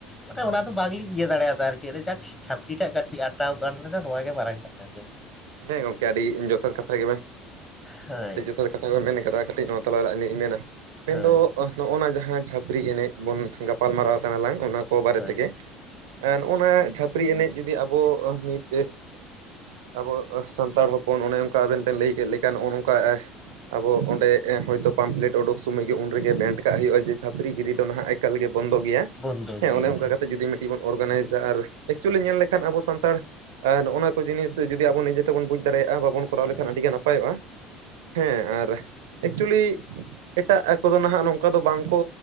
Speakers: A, on the left (about 15°); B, on the right (about 75°).
A: ᱢᱟᱱᱮ ᱚᱱᱟ ᱫᱚ ᱵᱟᱝᱞᱤᱧ ᱤᱭᱟᱹ ᱫᱟᱲᱮ ᱭᱟᱫᱟ ᱟᱨᱠᱤ ᱟ ᱡᱟᱠ ᱪᱷᱟᱯᱨᱤ ᱴᱟᱜ ᱠᱟᱹᱴᱤᱡ ᱟᱴᱟᱣ ᱜᱟᱱ ᱞᱮᱱᱟ ᱱᱚᱣᱟᱜᱮ ᱢᱟᱨᱟᱝ ᱠᱟᱼᱼ <unintelligible>
B: ᱦᱮᱸ ᱜᱚᱝᱠᱮ ᱟᱹᱰᱤ ᱡᱚᱛᱷᱟᱛ ᱠᱟᱛᱷᱟ ᱜᱮᱵᱮᱱ
A: ᱦᱳᱭ
B: ᱟᱹᱰᱤ ᱡᱚᱛᱷᱟᱛ ᱠᱟᱛᱷᱟ ᱠᱚ ᱢᱮᱱ ᱠᱟᱫᱟ᱾ ᱠᱟᱹᱴᱤᱡ ᱱᱚᱣᱟ ᱛᱟᱞᱟᱨᱮ ᱟᱞᱤᱧ ᱢᱮᱱᱟ <unintelligible>
A: ᱦᱳᱭ
B: ᱫᱚ ᱱᱚᱜᱼᱚ ᱱᱟ ᱡᱟᱦᱟᱸ ᱪᱷᱟᱯᱨᱤ ᱮᱱᱮᱡ ᱵᱚᱱ ᱜᱟᱯᱟᱞ ᱢᱟᱨᱟᱣ ᱠᱟᱱᱟ ᱞᱟᱝ ᱚᱱᱟ ᱠᱚ ᱵᱟᱨᱮ
A: ᱦᱳᱭ
B: ᱛᱮᱜᱮ ᱱᱚᱜᱼᱚ ᱱᱚᱣᱟ ᱪᱷᱟᱹᱯᱨᱤ ᱮᱱᱮᱡ ᱡᱩᱫᱤ ᱟᱵᱚ ᱢᱤᱫ ᱟᱵᱚ ᱥᱟᱱᱛᱟᱲ ᱦᱚᱯᱚᱱ ᱚᱱᱮ ᱚᱱᱠᱟ ᱟᱵᱮᱱ ᱵᱮᱱ ᱞᱟᱹᱭ ᱠᱮᱫ ᱞᱮᱠᱟ᱾ ᱱᱚᱜᱼᱚ ᱱᱚᱝᱠᱟ ᱟᱵᱚ ᱚᱸᱰᱮ ᱮ ᱦᱚᱭᱛᱳ ᱯᱟᱢᱯᱞᱮᱴ ᱩᱰᱩᱠ ᱥᱚᱢᱚᱭ ᱜᱮ ᱩᱱ ᱨᱮᱜᱮ ᱵᱮᱱᱴ ᱠᱟᱜ ᱦᱩᱭᱩᱜᱼᱟ᱾ ᱡᱮ ᱪᱷᱟᱯᱨᱤ ᱜᱤᱨᱤ ᱱᱟᱦᱟᱜ ᱮᱠᱟᱞ ᱜᱮ ᱵᱚᱱᱫᱚ ᱜᱮᱭᱟ
A: ᱵᱚᱱᱫᱚ
B: ᱦᱮᱸ
A: ᱜᱮ
B: ᱚᱱᱮ ᱚᱱᱠᱟ ᱠᱟᱛᱮ ᱡᱩᱫᱤ ᱢᱤᱫᱴᱤ ᱵᱚᱱ ᱚᱨᱜᱟᱱᱟᱭᱤᱡᱟ ᱟᱨ ᱮᱠᱪᱩᱭᱤ
A: ᱦᱳᱭ
B: ᱧᱮᱞ ᱞᱮᱼᱼ ᱠᱷᱟᱱ ᱟᱵᱚ ᱥᱟᱱᱛᱟᱲ ᱱᱚᱜᱼᱚ ᱱᱚᱣᱟ ᱠᱚ ᱡᱤᱱᱤᱥ, ᱡᱩᱫᱤ ᱟᱵᱚ ᱱᱤᱡᱮ ᱛᱮᱵᱚᱱ ᱵᱩᱡᱽ ᱫᱟᱲᱮᱭᱟᱜᱼᱟ ᱵᱟᱵᱚᱱ ᱠᱚᱨᱟᱣ
A: ᱦᱳᱭ
B: ᱞᱮᱠᱷᱟᱱ ᱟᱹᱰᱤᱜᱮ ᱱᱟᱯᱟᱭᱚᱜᱼᱟ᱾ ᱦᱮᱸ ᱟᱨ ᱮᱠᱪᱩᱭᱮᱞᱤ ᱮᱴᱟᱜ ᱠᱚᱫᱚ ᱱᱟᱦᱟᱜ ᱱᱚᱝᱠᱟ ᱫᱚ, ᱵᱟᱝ ᱠᱚ